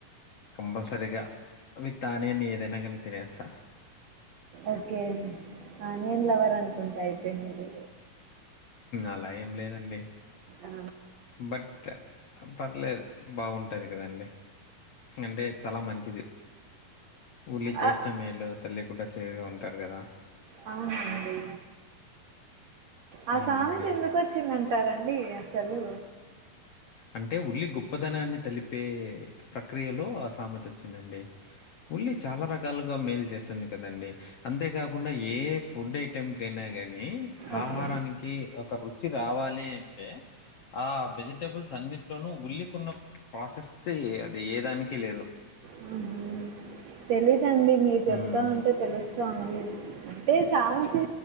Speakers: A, on the left (about 60°); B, on the right (about 65°).
A: కంపల్సరిగా విత్ ఆనియన్ ఏదైనా కని తినేస్తా
B: ఓకే ఆనియన్ లవర్ అనుకుంటా అయితే మీరు
A: అలా ఏం లేదండి
B: ఆ
A: బట్ పర్లేదు బాగుంటది కదండి అంటే చాలా మంచిది ఊళ్ళి చేసిన
B: ఆ
A: మేలు తల్లి కూడా చేయ ఉంటారు కదా
B: అవునండి ఆ
A: అవునండి.
B: సామెత ఎందుకు వచ్చిందంటారండి అసలు
A: అంటే ఉల్లి గొప్పదనాన్ని తలిపే ప్రక్రియలో అసామేత వచ్చిందండి ఉల్లి చాలా రకాలుగా మేల్ చేస్తుంది కదండి అంతేకాకుండా ఏ ఫుడ్ ఐటెం కైనా గాని
B: ఓకే
A: ఆహారానికి ఒక రుచి రావాలి అంటే ఆ వెజిటేబుల్స్ అన్నిట్లోనూ ఉల్లికున్న ప్రాసెస్తి అది ఏదానికి లేదు
B: హుహు. తెలీదండి మీరు చెప్తాంటే
A: హ్మ్.
B: తెలుస్తాంది అంటే సామే